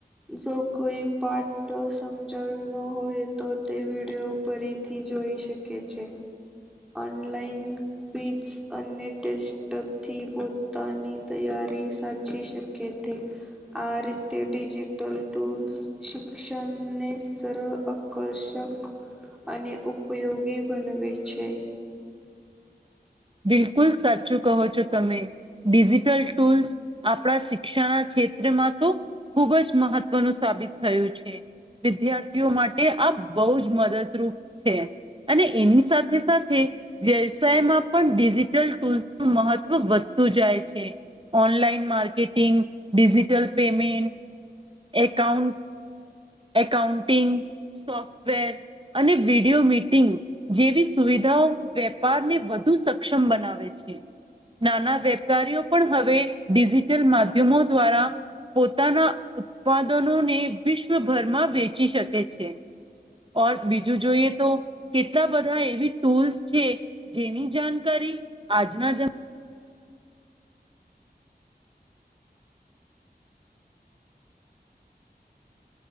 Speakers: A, in the centre; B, on the right.
A: જો કોઈ પાઠ ફટો સમજાવ ન હોય તો તે વીડિયો ફરીથી જોઈ શકે છે. ઓનલાઇન ફીજ અને ટેસ્ટથી પોતાની તૈયારી સાચી શકે છે. આ રીતે ડિજિટલ ટૂલ્સ શિક્ષણને સરળ આકર્ષક અને ઉપયોગી બનાવે છે.
B: બિલકુલ સાચું કહો છો તમે ડિજિટલ ટૂલ્સ આપણા શિક્ષણ <unintelligible> ક્ષેત્રમાં તો ખુબ જ મહત્વનું સાબિત થયું છે. વિદ્યાર્થીઓ માટે આ બહુ જ મદદરૂપ છે <inaudible> અને એની સાથે સાથે વ્યવસાયમાં પણ ડિજિટલ ટૂલ્સ નું મહત્વ વધતું જાય છે. Online marketing digital payment account accounting software અને વિડીિયો મીટિંગ જેવી સુવિધાઓ વેપાર ને વધુ સક્ષમ બનાવે છે. નાના વેપારીઓ પણ હવે ડિજિટલ માધ્યમો દ્વારા પોતાના ઉત્પાદનોને વિશ્વભરમાં વેચી શકે છે. ઓર બીજું જોઈએ તો કેટલા બધા એવી ટૂલ્સ છે. જેની જાણકારી આજના જ